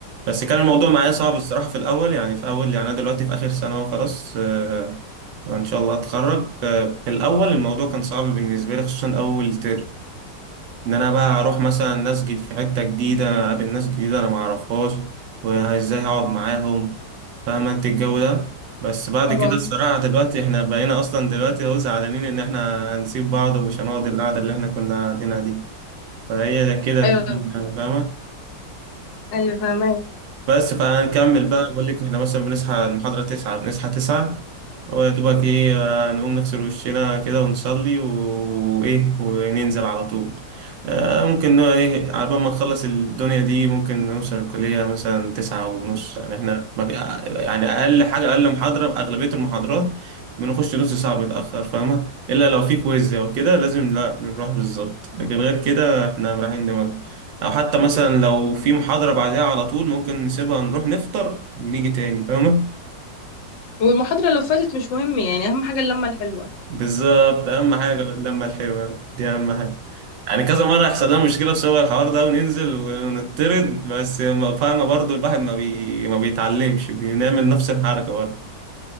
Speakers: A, on the right; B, on the left.
A: بس كان الموضوع معايا صعب الصراحة في الأول يعني في أول يعني أنا دلوقتي في آخر سنة وخلاص آه، إن شاء الله أتخرج آه، في الأول الموضوع كان صعب بالنسبة لي خصوصا أول ترم ان انا بقى اروح مثلا اسجد في حته جديده اقابل ناس جديده انا ما اعرفهاش وازاي هقعد معاهم فاهم انت الجو ده بس بعد
B: طبعا
A: كده الصراحه دلوقتي احنا بقينا اصلا دلوقتي هو زعلانين ان احنا هنسيب بعض ومش هنقعد القعده اللي احنا كنا قاعدينها دي فهي ده كده الدنيا
B: ايوه
A: يعني فاهمه
B: ايوه فاهمك
A: بس فهنكمل بقى بقول لك احنا مثلا بنصحى المحاضرة تسعة بنصحى تسعة ويا دوبك ايه آه، نقوم نغسل وشنا كده ونصلي و- وايه وننزل على طول آه، ممكن نوع ايه على بال ما نخلص الدنيا دي ممكن نوصل الكلية مثلا تسعة ونص يعني احنا ما في- آه، يعني أقل حاجة أقل محاضرة أغلبية المحاضرات بنخش نص ساعة بنتأخر فاهمة إلا لو في كويز أو كده لازم لا بنروح بالظبط لكن غير كده احنا رايحين دماغنا او حتى مثلا لو في محاضرة بعدها على طول ممكن نسيبها نروح نفطر ونيجي تاني فاهمة
B: والمحاضره لو فاتت مش مهم يعني اهم حاجه اللمه الحلوه
A: بالظبط اهم حاجة اللمة الحلوة دي اهم حاجة يعني كذا مرة يحصل لنا مشكلة بسبب الحوار ده وننزل ونطرد بس ما- فاهمة برضو الواحد ما بي... ما بيتعلمش بنعمل نفس الحركة برضه